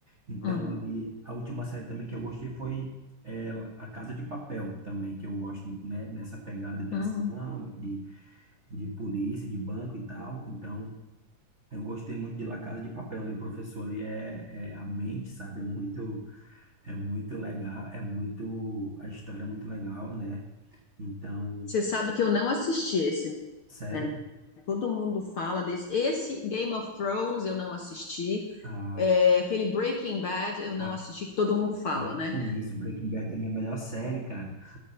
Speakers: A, on the right; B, on the left.
A: Então,
B: Uhum,
A: ali, a última série também que eu gostei foi é, A Casa de Papel, também, que eu gosto, né? Nessa pegada de
B: uhum.
A: ação, de, de polícia, de banco e tal. Então, eu gostei muito de La Casa de Papel ali. O professor ali é, é a mente, sabe? É muito. É muito legal, é muito, a história é muito legal, né? Então,
B: Você sabe que eu não assisti esse,
A: sério,
B: né? Todo mundo fala desse. Esse Game of Thrones eu não assisti.
A: ah,
B: É, aquele Breaking Bad eu não
A: ah,
B: assisti, que todo mundo fala,
A: para
B: né?
A: com isso, Breaking Bad é a minha melhor série, cara.